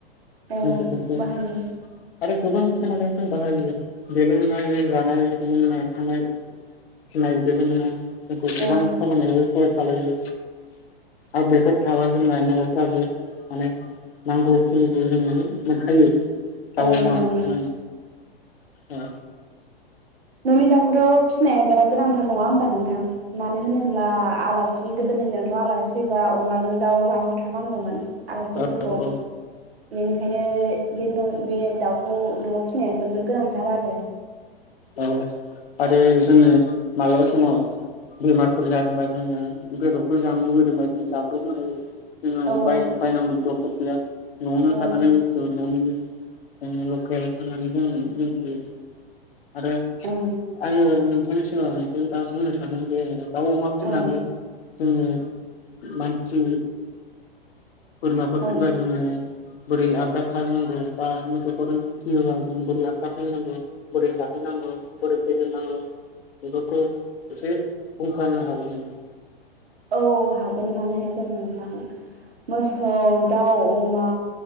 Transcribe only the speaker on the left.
मोसौफोरखौ
आरो गोबां खामानियाव जों बाहायो बेल' नङा जानाय लोंनाय थानाय। फिनाय बेल नङा जोंखौ गोबां
खामानियावबो सहाय खालायो आरो बेफोर थाबा जोंना न'फ्राबो माने नांगौखिनिखौ जोङो मोनखायो। दाव
अमाखौ
ओ
औ औ
औ आरो जोंङो माब्लाबा समाव बेमारफोर जादोंबा जोङो बेदरफोर जानो लुबैदोंबा जों जाब्रबनो हायो। जोंनाव
बाय-बायनांगौनि दरखार गैया न'आवनो
थाखानाय बस्तु न'निनो जोङो लकेल होननानै जों मिनथियो आरो
आङो नों नोंनि सिगांआव दा बुंनो सानदों जे दाउ अमा फिनानै
जोङो मानसि बोरमाफोर
फिबा जोङो बोरै आदर खालायनांगौ बा मोसौफोर फियोब्ला जों बोरै आदर खालायनांगौ बोरै जा होनांगौ बोरै फेदेरनांगौ बेफोरखौ एसे बुंफामनो हागोन नामा?